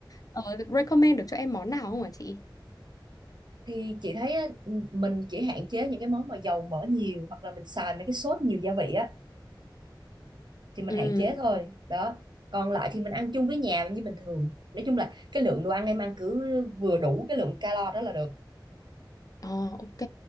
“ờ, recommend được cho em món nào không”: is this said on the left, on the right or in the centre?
Left